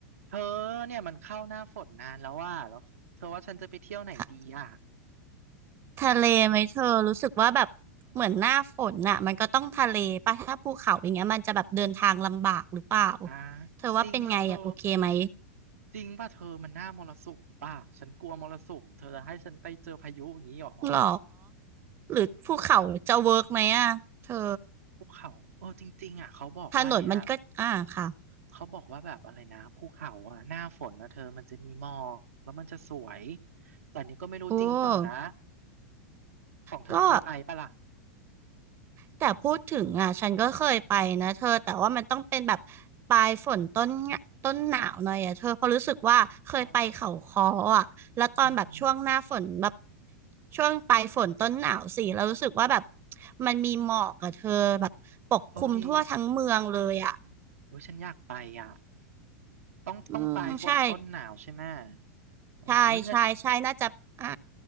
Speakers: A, on the right (about 70°); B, on the right (about 30°).
A: เธอเนี่ยมันเข้าหน้าฝนนานแล้วว่าแล้วเธอว่าฉันจะไปเที่ยวไหนดีอ่ะ
B: ทะทะเลไหมเธอรู้สึกว่าแบบเหมือนหน้าฝนน่ะมันก็ต้องทะเลป่ะถ้าภูเขาอย่างเงี้ยมันจะแบบเดินทางลำบากหรือเปล่า
A: อ่ะ
B: เธอว่าเป็นไงอ่ะโอเคไหม
A: จริงป่ะเธอจริงป่ะเธอมันหน้ามรสุมป่ะฉันกลัวมรสุมเธอจะให้ฉันไปเจอพายุอย่างนี้หรอ
B: หรอหรือภูเขาจะเวิร์กไหมอ่ะเธอ
A: ภูเขาเออจริงๆอ่ะเขาบอกว่าเนี้ย
B: ถนนมันก็อ่าค่ะ
A: เขาบอกว่าแบบอะไรนะภูเขาอ่ะหน้าฝนนะเธอมันจะมีหมอกแล้วมันจะสวยแต่อันนี้ก็ไม่รู้จริงเปล่านะ
B: โอ้
A: ของเธอเคยไปป่ะล่ะ
B: ก็ แต่พูดถึงอ่ะฉันก็เคยไปนะเธอแต่ว่ามันต้องเป็นแบบปลายฝนต้นเนี่ยต้นหนาวหน่อยอ่ะเธอเพราะรู้สึกว่าเคยไปเขาค้ออ่ะแล้วตอนแบบช่วงหน้าฝนแบบ
A: อ๋ออืมอืม
B: ช่วงปลายฝนต้นหนาวสิแล้วรู้สึกว่าแบบมันมีหมอกกับเธอแบบปกคลุมทั่วทั้งเมืองเลยอ่ะ
A: โอ้ดีโอ้ยฉันอยากไปอ่ะ ต้องต้องปลายฝนต้นหนาวใช่ไหม
B: อืมใช่
A: เออเฮ้ยงั้น
B: ใช่ใช่ใช่น่าจะอ่า